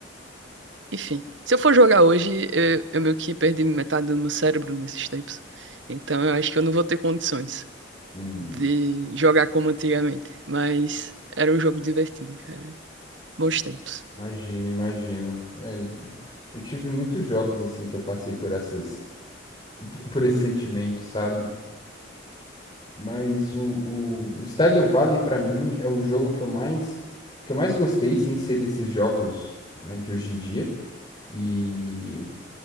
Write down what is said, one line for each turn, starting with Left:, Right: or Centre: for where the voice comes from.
Right: Enfim, se eu for jogar hoje, eu, eu meio que perdi metade do meu cérebro nesses tempos. Então eu acho que eu não vou ter condições.
Left: Hum,
Right: de jogar como antigamente. Mas era um jogo divertido, cara. Bons tempos.
Left: imagino, imagino. É, eu tive muitos jogos, assim, que eu passei por essas, por esse sentimento, sabe? Mas o, o, o Stardew Valley, pra mim, é o jogo que eu mais, que eu mais gostei, sem ser desses jogos, né, de hoje em dia. E